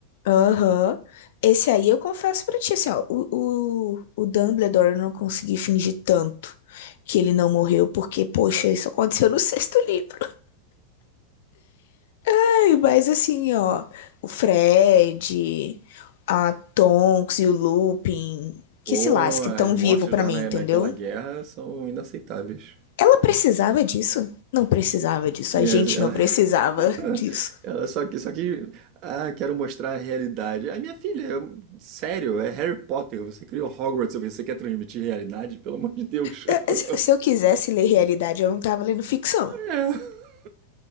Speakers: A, on the left (about 55°); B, on the right (about 40°).
A: Aham. Esse aí eu confesso pra ti, assim, ó, o, o, o Dumbledore eu não consegui fingir tanto que ele não morreu, porque, poxa, isso aconteceu no <laughs> sexto livro. Ai, Mas assim, ó, o Fred, a Tonks e o Lupin,
B: Pô,
A: que se lasque,
B: as
A: tão
B: mortes
A: vivo pra
B: lá
A: mim,
B: na,
A: entendeu?
B: naquela guerra são inaceitáveis.
A: Ela precisava disso? Não precisava disso, a
B: É,
A: gente
B: assim, Ela,
A: não precisava
B: <laughs>
A: <laughs> disso.
B: ela só que, só que, ah, quero mostrar a realidade. A minha filha, eu- sério, é Harry Potter. Você criou Hogwarts, você quer transmitir realidade? Pelo amor de Deus.
A: É,
B: <laughs>
A: Se se eu quisesse ler realidade, eu não tava lendo ficção.
B: É.